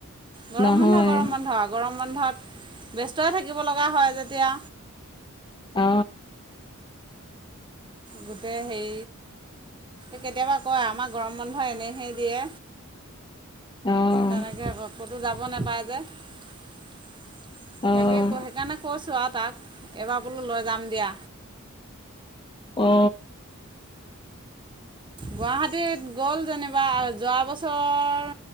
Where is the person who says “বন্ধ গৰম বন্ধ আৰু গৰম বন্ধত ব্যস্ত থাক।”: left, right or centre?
Right